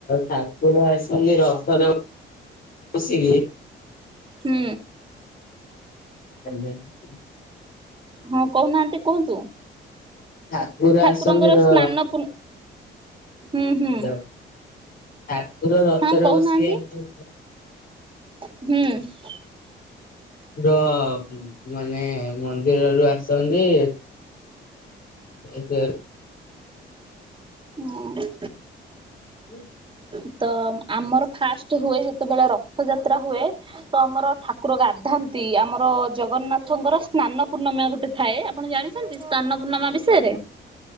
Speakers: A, on the left; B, on the right.
A: ଠାକୁର ଆସିନ୍ତି ରଥରେ ବସିକି।
B: ହୁଁ।
A: <unintelligible>
B: ହଁ କହୁନାହାନ୍ତି କୁହନ୍ତୁ?
A: ଠାକୁର
B: ଠାକୁରଙ୍କର
A: ଆସନ୍ତି ର
B: ସ୍ନାନ ପୂର୍ଣ୍ଣ ହୁଁ ହୁଁ
A: ହ୍ୟାଲୋ ଠାକୁର ରଥରେ
B: ହଁ କହୁନାହାନ୍ତି
A: ବସିକି
B: ହୁଁ।
A: ର ମାନେ ମନ୍ଦିରରୁୁ ଆସନ୍ତି <unintelligible>
B: ହୁଁ।
A: <inaudible>
B: ହ ତ ଆମର ଫାଷ୍ଟ ହୁଏ ଯେତେବେଳେ ରଥଯାତ୍ରା ହୁଏ, ତ ଆମର ଠାକୁର ଗାଧା ନ୍ତି ଆମର ଜଗନ୍ନା ଥଙ୍କର ସ୍ନାନ ପୂର୍ଣ୍ଣମା ଗୋଟେ ଥାଏ, ଆପଣ ଜାଣିଚନ୍ତି ସ୍ନାନ ପୂର୍ଣ୍ଣମା ବିଷୟରେ?